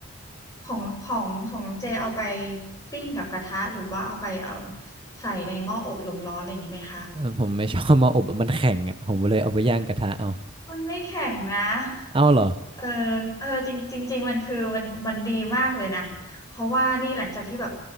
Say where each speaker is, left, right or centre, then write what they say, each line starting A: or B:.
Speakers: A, on the left; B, on the right.
A: ของของของน้องเจเอาไปปิ้งกับกระทะหรือว่าเอาไปเออใส่ในหม้ออบลมร้อนอะไรอย่างงี้ไหมคะ
B: เออผมไม่ชอบมาอบอะมันแข็งอ่ะผมเลยเอาไปย่างกระทะเอา
A: มันไม่แข็งนะ
B: เอาเหรอ
A: เออเออจริงจริงจริงมันคือมันมันดีมากเลยนะเพราะว่านี่หลังจากที่แบบ